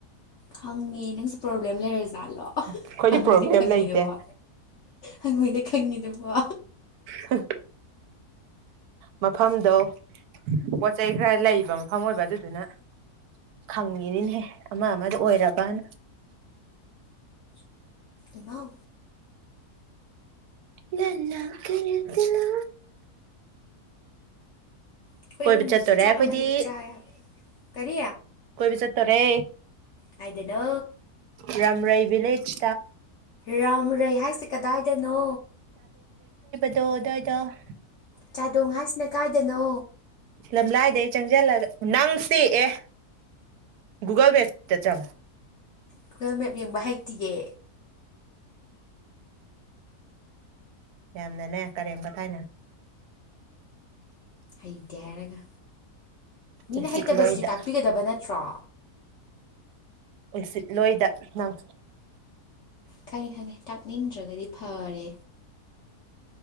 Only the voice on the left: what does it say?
ꯈꯪꯉꯦ ꯅꯪꯁꯨ ꯄ꯭ꯔꯣꯕ꯭ꯂꯦꯝ ꯂꯩꯔꯖꯥꯠꯂꯣ
ꯈꯪꯉꯣꯏꯗꯤ
ꯈꯪꯉꯦꯗꯨꯕ
ꯍꯪꯉꯣꯏꯗ ꯈꯪꯉꯤꯗꯕꯣ
ꯏꯃꯥꯎ
ꯑꯩꯈꯣꯏ
ꯑꯍꯨꯝ
ꯆꯥꯛ
ꯑꯃꯗꯤ ꯆꯥ ꯌꯥꯕ ꯀꯔꯤ
ꯀꯥꯏꯗꯅꯣ
ꯔꯥꯝ ꯔꯩ ꯍꯥꯏꯁꯤ ꯀꯗꯥꯏꯗꯅꯣ
ꯆꯥꯗꯣꯡ ꯍꯥꯏꯁꯤꯅ ꯀꯥꯏꯗꯅꯣ
ꯒꯨꯒꯜ ꯃꯦꯞ ꯌꯦꯡꯕ ꯍꯩꯇꯤꯌꯦ
ꯍꯩꯇꯦ ꯍꯥꯏꯔꯒ ꯃꯤꯅ
ꯍꯩꯇꯕꯁꯤꯗꯤ ꯇꯥꯛꯄꯤꯒꯗꯕ ꯅꯠꯇ꯭ꯔꯣ
ꯈꯅꯤ ꯈꯅꯤ ꯇꯥꯛꯅꯤꯡꯗ꯭ꯔꯒꯗꯤ ꯐꯔꯦ